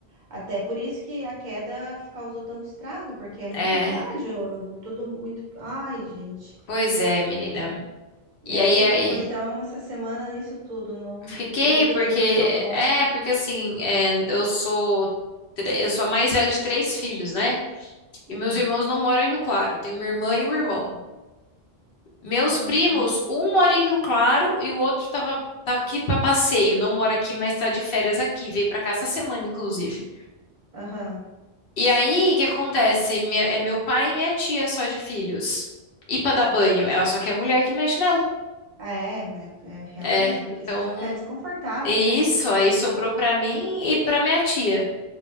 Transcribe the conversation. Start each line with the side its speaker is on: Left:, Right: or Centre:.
Right: até por isso que a queda causou tanto estrago, porque é muito
Left: É,
Right: frágil, tudo muito. Ai, gente.
Left: pois é, menina.
Right: E
Left: E
Right: aí
Left: aí,
Right: você
Left: aí
Right: ficou então essa semana nisso tudo, no
Left: Fiquei
Right: tudo cuidando
Left: porque
Right: da sua avó.
Left: é porque assim é, eu sou tre- eu sou a mais velha de três filhos, né?
Right: Uhum.
Left: E meus irmãos não moram em Rio Claro. Tenho uma irmã e um irmão. Meus
Right: Ah,
Left: primos, um mora em Rio Claro e o outro tava tá aqui para passeio. Não mora aqui, mas tá de férias aqui. Veio para cá essa semana, inclusive.
Right: aham.
Left: E aí, o que acontece? Me- é meu pai e minha tia só de filhos. E para dar banho, ela só quer mulher que mexe nela.
Right: Ah, É, é, é realmente,
Left: É.
Right: porque
Left: Então,
Right: senão fica desconfortável,
Left: isso
Right: né?
Left: aí sobrou para mim e para minha tia.